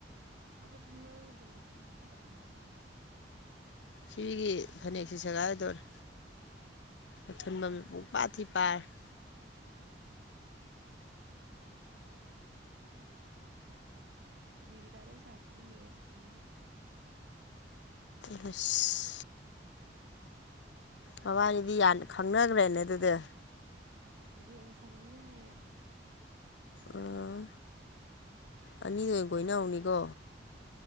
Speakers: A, on the right; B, on the left.
A: ꯑꯀꯨꯞꯄꯥ ꯃꯔꯣꯟꯒꯤꯗꯃꯛꯇ ꯃꯁꯥꯒ ꯇꯥꯟꯅꯕꯤꯌꯨ
B: ꯁꯤꯒꯤ ꯐꯅꯦꯛꯁꯤ ꯁꯦꯒꯥꯏꯗꯧꯔꯦ ꯑꯊꯨꯟꯕ ꯃꯤꯄꯨꯡ ꯄꯥꯊꯤ ꯄꯥꯏꯔꯦ <inaudible>
A: ꯗꯤꯕꯤꯀꯥ ꯅꯪ ꯁꯥꯔ ꯐꯨꯅꯦꯌꯦ ꯁꯨꯁꯤꯟꯒꯤ
B: ꯄꯁ <inaudible> ꯃꯕꯥꯅꯤꯗꯤ ꯌꯥꯝ ꯈꯪꯅꯈ꯭ꯔꯦꯅꯦ ꯑꯗꯨꯗꯤ
A: ꯎꯝ ꯒꯦꯝ ꯁꯥꯟꯅꯃꯤꯅꯩ ꯍꯥꯏꯌꯦ
B: ꯑꯥ ꯑꯅꯤꯗ ꯑꯣꯏꯅ ꯀꯣꯏꯅꯍꯧꯅꯤꯀꯣ